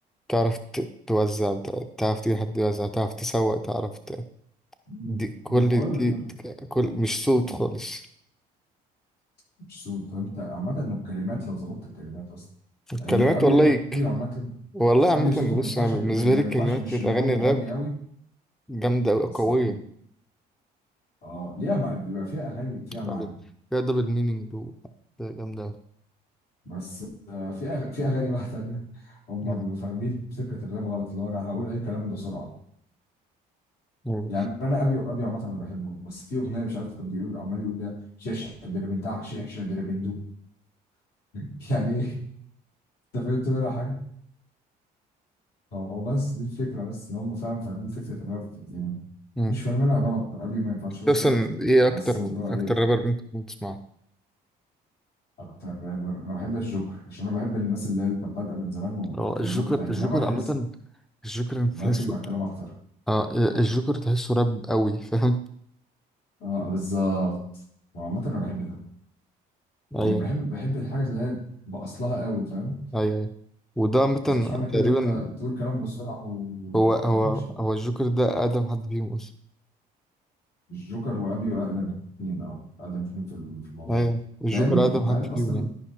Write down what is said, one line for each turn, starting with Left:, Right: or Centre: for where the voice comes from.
Centre: تعرف ت- توزع تعرف تجيب حد يوزع تعرف تسوق تعرف ت...
Left: مم.
Centre: دي كل
Left: انا بقول
Centre: دي
Left: لك اه
Centre: كل مش صوت خالص
Left: مش صوت طب انت عامة لو الكلمات لو ظبطت الكلمات اصلا
Centre: الكلمات
Left: يعني ابي
Centre: والله ك-
Left: ابي عامة
Centre: والله عامة
Left: ابي صوته ما
Centre: بص
Left: ينفعش
Centre: أنا
Left: ما
Centre: بالنسبة
Left: ما
Centre: لي كلمات
Left: ينفعش مش
Centre: الأغاني
Left: اللي هو مغني
Centre: الراب
Left: قوي
Centre: جامدة أوي
Left: بس
Centre: قوية
Left: حلو اه ليها مع... بيبقى فيها اغاني فيها معنى
Centre: أوي. فيها دبل مينينج جامدة أوي
Left: بس آه في أغ... في اغاني بقى تانية هم
Centre: مم.
Left: بيبقوا فاهمين فكره الراب غلط اللي هو انا هقول اي كلام بسرعه
Centre: مم.
Left: يعني انا ابي ابي عامه انا بحبه بس في اغنيه مش عارف كان بيقول عمال يقول بيها شيش دربندع شيش دربندو <laughs> يعني ايه انت فهمت منها حاجه هو بس دي الفكره بس ان هم فاهم فاهمين فكره الراب يعني
Centre: مم.
Left: مش فاهمينها غلط ابي ما ينفعش يقول
Centre: أصلا
Left: كده
Centre: إيه أكتر
Left: بس اللي هو
Centre: أكتر
Left: ايه
Centre: رابر ممكن تسمعه؟
Left: اكتر رابر انا بحب الجوكر عشان انا بحب الناس اللي هي اللي كانت بادئه من زمان والكلمات
Centre: اه الجوكر
Left: بتاعتها
Centre: الجوكر
Left: يعني انا بركز
Centre: عامة الجوكر تحسه
Left: بركز مع الكلام اكتر
Centre: اه الجوكر تحسه راب قوي فاهم
Left: اه بالظبط وعامة انا بحب ده
Centre: ايوه
Left: يعني بحب بحب الحاجة اللي هي باصلها قوي فاهم
Centre: ايوه أيوة. وده مثلا
Left: بس مش معنى كده
Centre: تقريبا
Left: ان انت تقول كلام بسرعة وما
Centre: هو هو
Left: تفهموش يعني.
Centre: هو الجوكر ده أقدم حد فيهم أصلا
Left: الجوكر وابي اقدم اتنين اه اقدم اتنين في ال- في الموضوع
Centre: أيوة
Left: ده
Centre: الجوكر
Left: ده يا ابني
Centre: أقدم
Left: انت عارف
Centre: حد فيهم
Left: اصلا
Centre: يعني